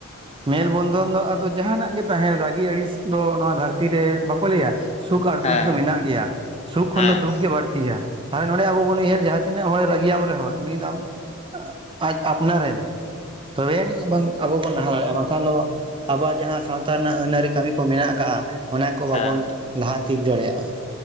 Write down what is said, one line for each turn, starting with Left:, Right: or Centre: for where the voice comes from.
Right: ᱢᱮᱞ ᱵᱚᱱᱫᱷᱚᱱ ᱫᱚ ᱟᱫᱚ ᱡᱟᱦᱱᱟᱜ ᱜᱮ ᱛᱟᱦᱮᱱᱟ ᱨᱟᱹᱜᱤ ᱟᱹᱲᱤᱥ ᱫᱚ ᱱᱚᱣᱟ ᱫᱷᱟᱹᱨᱛᱤ ᱨᱮ ᱵᱟᱠᱚ ᱞᱟᱹᱭᱟ ᱥᱩᱠᱷ ᱟᱨ
Left: ᱦᱮᱸ
Right: ᱫᱩᱠᱷ ᱫᱚ ᱢᱮᱱᱟᱜ ᱜᱮᱭᱟ ᱥᱩᱠᱷ ᱠᱷᱚᱱ
Left: ᱦᱮᱸ
Right: ᱫᱚ ᱫᱩᱠᱷ ᱜᱮ ᱵᱟᱹᱲᱛᱤᱭᱟ᱾ ᱟᱨ ᱱᱚᱰᱮ ᱟᱵᱚ ᱵᱚᱱ ᱩᱭᱷᱟᱹᱨ ᱡᱟᱦᱟᱸ ᱛᱤᱱᱟᱹᱜ ᱦᱚᱲ ᱨᱟᱹᱜᱤᱭᱟᱢ ᱨᱮᱦᱚᱸ ᱩᱱᱤ ᱫᱚ ᱟᱢ ᱟᱡ ᱟᱯᱱᱟᱨᱮᱢ, ᱛᱚᱵᱮ ᱟᱹᱱᱤᱡ ᱵᱚᱱ ᱟᱵᱚ ᱵᱚᱱ ᱞᱟᱦᱟ ᱫᱟᱲᱮᱭᱟᱜᱼᱟ᱾ ᱵᱟᱝᱠᱷᱟᱱ ᱫᱚᱼᱼ ᱟᱵᱚᱣᱟᱜ ᱡᱟᱦᱟᱸ ᱥᱟᱸᱶᱛᱟ ᱨᱮᱱᱟᱜ ᱟᱹᱱ ᱟᱹᱨᱤ ᱠᱟᱹᱢᱤ ᱠᱚ ᱢᱮᱱᱟᱜ ᱠᱟᱜ-ᱟ ᱚᱱᱟ ᱠᱚ
Left: ᱦᱮᱸ
Right: ᱵᱟᱵᱚᱱ ᱞᱟᱦᱟᱱᱛᱤ ᱫᱟᱲᱮᱭᱟᱜᱼᱟ᱾